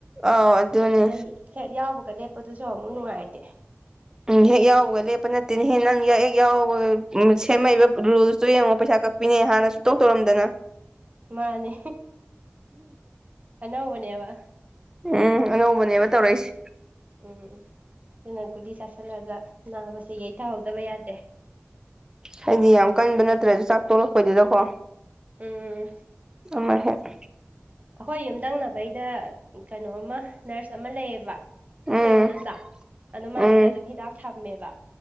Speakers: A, on the right; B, on the right.
A: ꯑꯥꯎ ꯑꯗꯨꯗꯅꯦ
B: ꯑꯗ ꯍꯦꯛ ꯌꯥꯎꯕꯒ ꯂꯦꯞꯄꯗꯨꯁꯨ ꯑꯃꯨꯛ ꯅꯨꯡꯉꯥꯏꯇꯦ
A: ꯎꯝ ꯍꯦꯛ ꯌꯥꯎꯕꯒ ꯂꯦꯞꯄ ꯅꯠꯇꯦꯅ ꯍꯦ ꯅꯪ ꯍꯦꯛ ꯌꯥꯎꯕꯒ ꯁꯦꯝꯃꯛꯏꯕ ꯔꯨꯜꯁꯇꯣ ꯌꯦꯡꯉꯣ ꯄꯩꯁꯥ ꯀꯛ ꯃꯤꯅꯦ ꯍꯥꯟꯅ ꯁꯨꯇꯧ ꯇꯧꯔꯝꯗꯅ
B: ꯃꯥꯅꯦ ꯑꯅꯧꯕꯅꯦꯕ
A: ꯎꯝ ꯑꯉꯧꯕꯅꯦꯕ ꯇꯧꯔꯛꯏꯁꯦ
B: ꯎꯝ ꯑꯩꯈꯣꯏꯅ ꯀꯒꯨꯂꯤ ꯆꯥꯥꯁꯜꯂꯒ ꯅꯥꯕꯁꯦ ꯌꯩꯊꯍꯧꯗꯕ ꯌꯥꯗꯦ
A: ꯍꯥꯏꯗꯤ ꯌꯥꯝ ꯀꯟꯕ ꯅꯠꯇ꯭ꯔꯦꯁꯨ ꯆꯥꯛ ꯇꯣꯛꯂꯛꯄꯩꯗꯨꯗꯀꯣ
B: ꯎꯝ
A: ꯑꯃ ꯍꯦꯛ <unintelligible>
B: ꯑꯩꯈꯣꯏ ꯌꯨꯝꯊꯪꯅꯕꯩꯗ ꯀꯩꯅꯣ ꯑꯃ ꯅꯔꯁ ꯑꯃ ꯂꯩꯌꯦꯕ
A: ꯎꯝ
B: ꯑꯩꯣꯏꯟꯗꯣ ꯆ ꯑꯗꯨꯗ ꯃꯥꯒꯤꯗ
A: ꯎꯝ
B: ꯑꯗꯨꯝ ꯍꯤꯗꯥꯛ ꯊꯝꯃꯦꯕ